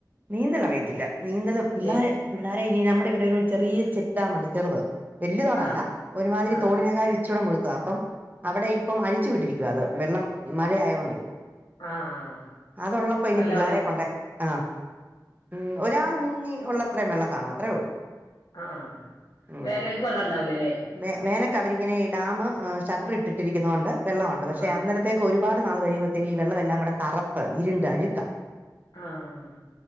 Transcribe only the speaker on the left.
ഇല്ലേ
ആഹ്
ആഹ്
ആഹ്
നല്ല
വെള്ള
ആഹ
വേനൽക്ക് വെള്ളം ഉണ്ടാവിലല്ലേ
ആഹ്
ആഹ്